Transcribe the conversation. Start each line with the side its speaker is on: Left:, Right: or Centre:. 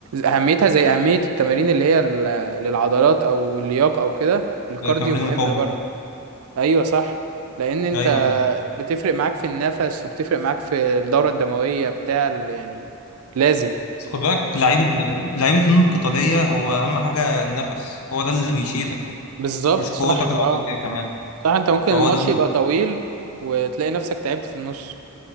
Right: اهميتها زي اهمية التمارين اللي هي ال- للعضلات او اللياقة او كده الكارديو
Left: ده تمرين
Right: مهم
Left: المقاومة
Right: برضه ايوه صح لان انت
Left: ايوه
Right: بتفرق معاك في النفس وبتفرق معاك في الدورة الدموية بتاع ال- يعني لازم
Left: بس خد بالك لعيب ال- لعيب الفنون القتالية هو اهم حاجة النفس هو ده اللي بيشيلك
Right: بالظبط
Left: مش قوتك
Right: صح اه
Left: العضلية كمان
Right: صح انت ممكن
Left: فهو
Right: الماتش
Left: ده ال...
Right: يبقى طويل وتلاقي نفسك تعبت في النص